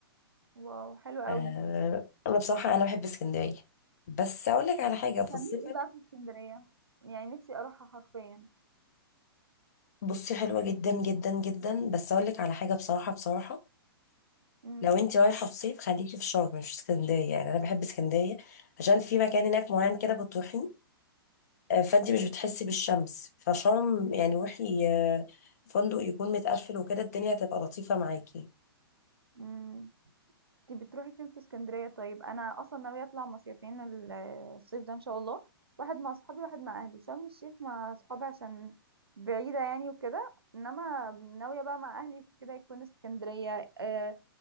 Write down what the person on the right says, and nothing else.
واو حلو قوي
بتعملي
ايه بقى في اسكندرية يعني نفسي اروحها حرفيا
امم
امم انت بتروحي فين في اسكندرية طيب انا اصلا ناوية اطلع مصيفين ال- الصيف ده ان شاء الله واحد مع اصحابي واحد مع اهلي شرم الشيخ مع اصحابي عشان بعيدة يعني وكده انما ناوية بقى مع اهلي كده يكون اسكندرية آه